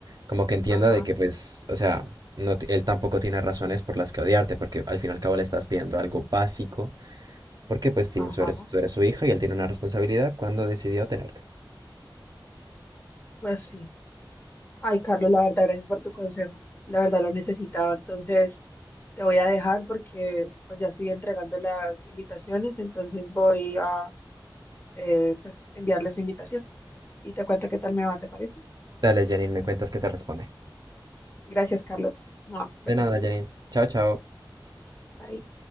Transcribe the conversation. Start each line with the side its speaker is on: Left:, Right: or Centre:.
Right: como que entienda
Left: Ajá,
Right: de que, pues, o sea, no, t- él tampoco tiene razones por las que odiarte. Porque al fin y al cabo le estás pidiendo algo básico porque pues sí,
Left: ajá.
Right: tú eres, tú eres su hijo y él tiene una responsabilidad cuando decidió tenerte.
Left: Pues sí. Ay, Carlos, la verdad, gracias por tu consejo. La verdad lo necesitaba. Entonces, te voy a dejar porque pues ya estoy entregando las invitaciones, entonces voy a eh, pues enviarles su invitación y te cuento qué tal me va, ¿te parece?
Right: Dale, Janine, me cuentas qué te responde.
Left: Gracias, Carlos. No, besitos.
Right: De nada, Janine. Chao, chao.
Left: Bye.